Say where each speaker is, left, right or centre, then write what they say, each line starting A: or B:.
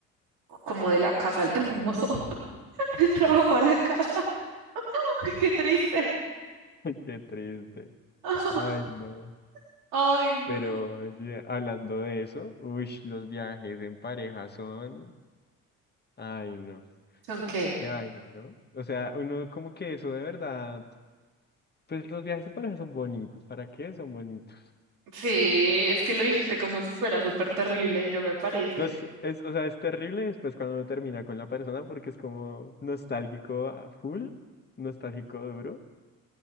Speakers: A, on the right; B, on the left.
A: como de la casa al trabajo, <laughs> del trabajo a la casa. <laughs> Ay, qué triste.
B: <laughs> Qué triste.
A: <laughs>
B: Ay, no.
A: Ay, no.
B: Pero oye, hablando de eso, uy, los viajes en pareja son, ay, no.
A: ¿Son qué?
B: Qué vaina, ¿no? O sea, uno como que eso de verdad, pues los viajes de pareja son bonitos, ¿para qué son bonitos?
A: Sí, es que lo dijiste como si fuera súper terrible y no me parece.
B: No sé, es, o sea, es terrible después cuando uno termina con la persona porque es como nostálgico a full, nostálgico duro,